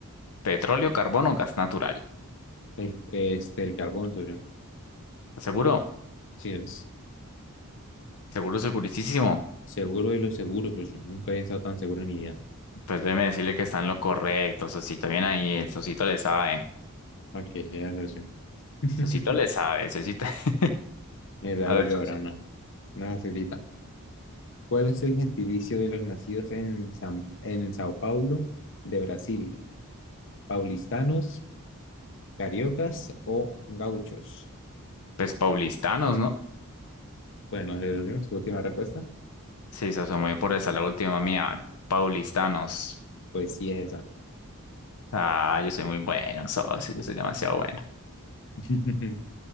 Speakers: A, on the left; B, on the left.
A: ¿Petróleo, carbón o gas natural?
B: El- Este, el carbón, socio.
A: ¿Seguro?
B: Sí, es
A: ¿Seguro, segurísimo?
B: seguro de lo seguro, socio. Nunca había estado tan seguro en mi vida.
A: Pues déjeme decirle que está en lo correcto, Sosito. Bien ahí, el Sosito le sabe.
B: ¿Para qué? Era socio. <laughs>
A: Sosito le sabe, Sosito. <laughs>
B: Mira,
A: A
B: hago
A: ver,
B: yo
A: Sosito.
B: ahora una. Una facilita. ¿Cuál es el gentilicio de los nacidos en San- en Sao Paulo, de Brasil? ¿Paulistanos, cariocas o gauchos?
A: Pues paulistanos, ¿no?
B: Bueno, le doy su última respuesta.
A: Sí, se muy por esa la última mía. Paulistanos.
B: Pues sí, es esa.
A: Ah, yo soy muy bueno, socio, yo soy demasiado bueno.
B: <laughs>